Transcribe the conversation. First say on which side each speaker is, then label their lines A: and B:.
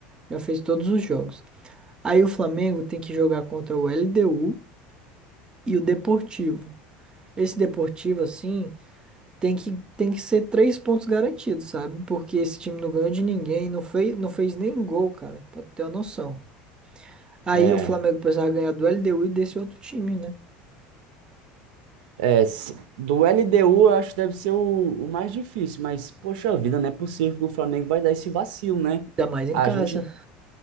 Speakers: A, on the right (about 20°); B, on the right (about 85°).
A: Já fez todos os jogos. Aí o Flamengo tem que jogar contra o LDU e o Deportivo. Esse Deportivo, assim, tem que, tem que ser três pontos garantidos, sabe? Porque esse time não ganhou de ninguém, não fez, não fez nem gol, cara, pra tu ter uma noção. Aí
B: É,
A: o Flamengo precisava ganhar do LDU e desse outro time, né?
B: é, s- do LDU eu acho que deve ser o, o mais difícil, mas poxa vida, não é possível que o Flamengo vai dar esse vacilo, né?
A: Ainda mais em
B: A
A: casa.
B: gente,